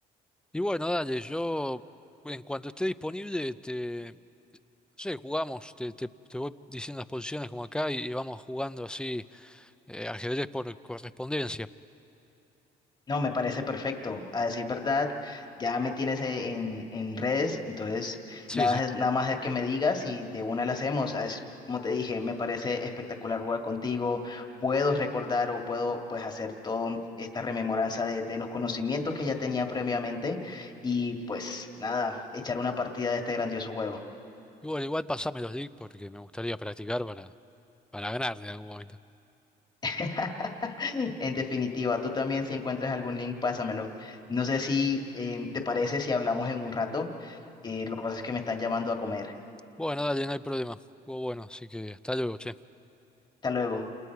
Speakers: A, in the centre; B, on the left.
A: Y bueno, dale, yo en cuanto esté disponible, te, no sé, jugamos, te, te, te voy diciendo las posiciones como acá y, y vamos jugando así eh, ajedrez por correspondencia.
B: No, me parece perfecto. A decir verdad, ya me tienes e- en, en redes, entonces
A: Sí,
B: nada,
A: sí.
B: es- nada más es que me digas y de una la hacemos. Es- como te dije, me parece espectacular jugar contigo. Puedo recordar o puedo pues hacer toda esta rememoranza de, de los conocimientos que ya tenía previamente y pues nada, echar una partida de este grandioso juego.
A: Igual, igual pasame los links porque me gustaría practicar para Para ganar de algún momento.
B: <laughs> En definitiva, tú también si encuentras algún link, pásamelo. No sé si eh, te parece si hablamos en un rato. Eh, lo que pasa es que me están llamando a comer.
A: Bueno, dale, no hay problema. Estuvo bueno, así que hasta luego, che.
B: Hasta luego.